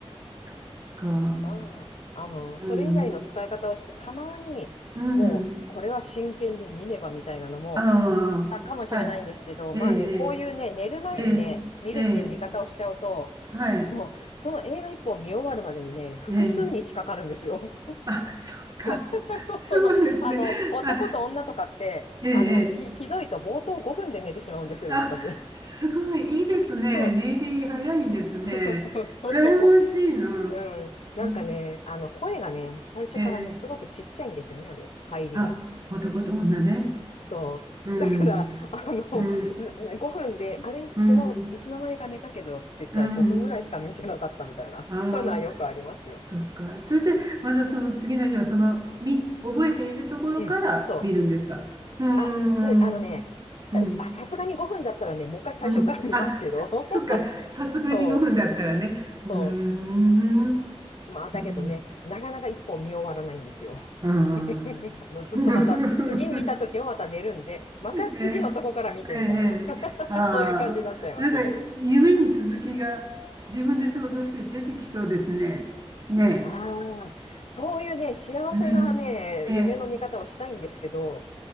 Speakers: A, on the right (about 35°); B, on the left (about 70°).
A: そっか。
B: まあ、あの、
A: うん。
B: それ以外の使い方をして、たまに、
A: うん。
B: もう、これは真剣に見ねばみたいなのもあったかもしれないんですけど、
A: ああ、はい。ええ、
B: まあね、こういうね、寝る前にね、
A: ええ、
B: 見るっていう見方をしちゃうと、
A: ええ、ええはい。
B: もう、その映画一本見終わるまでにね、複数日かかるんですよ。
A: ええ。あ、そっか。
B: <laughs> そう、
A: そうですね。
B: <laughs> その、あの、男と女とかって、
A: あ、ええ、
B: あの、ひ、
A: ええ
B: ひどいと冒頭5分で寝てしまうんですよね、
A: あ、
B: 私。
A: すごい、いいですね。
B: そう。
A: ネイリ早いんですね。
B: そうそうそうそうそう、
A: 羨ましいな。
B: も
A: う
B: う、うん。なんかね、
A: ん。
B: あの、声がね、最初からね、
A: ええ
B: すごくちっちゃいんですよね、あれ、入りが。
A: あ、男と女ね。
B: そう。
A: うん、
B: だから、あの、<laughs>
A: うん、
B: 5分で、あれ、
A: うん、
B: 昨日、いつの間にか寝たけどって言ったら5分ぐらいしか見てなかったみたいな。
A: うん。ああ、
B: そういうのはよくありますよ。
A: そっか。そして、またその次の日は、その、み、覚えているところから見るんですかうー
B: うん。そう。あ、それ、あのね、
A: ん、うん、
B: あ、さすがに5分だったらね、もう一回最初から見ますけど。
A: うん。あ、そ、
B: <laughs>
A: そっか。さすがに5分だったらね。
B: そ
A: うーん、
B: う、そう。まあ、だけどね、
A: うん。
B: なかなか一本見終わらないんですよ。
A: ああ。
B: <laughs> あの、
A: <laughs>
B: ずっとまた、次見た時もまた寝るんで、また次のとこから見てみたいな。
A: ええ、ねえねえ、
B: <laughs>
A: ああ、
B: そういう感じになっちゃいますね。
A: なんか夢に続きが自分で想像して出てきそうですね。ね
B: ああ、そういうね、幸せなね、
A: え、うん、ええ、
B: 夢の見方をしたいんですけど、